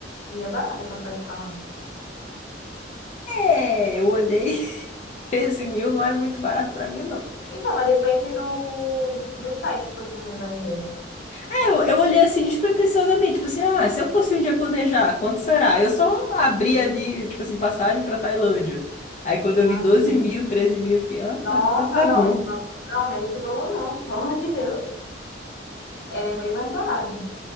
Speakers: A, on the left (about 65°); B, on the left (about 40°).
A: E é barata a passagem pra lá.
B: É, eu olhei, <laughs> 13 mil não é muito barato pra mim, não.
A: Então, mas depende do, do site que você também vai ver, né?
B: É, eu, eu olhei assim despretensiosamente, tipo assim, ah, se eu fosse um dia planejar, quanto será? Eu só abri ali, tipo assim, passagem pra Tailândia. Aí quando eu
A: Ah,
B: vi 12
A: entendi.
B: mil, 13 mil, eu fiquei, ah, tá,
A: Nossa,
B: tá, tá
A: não,
B: bom.
A: esse valor não, né? Esse valor não, <laughs> pelo amor de Deus. É meio mais barato.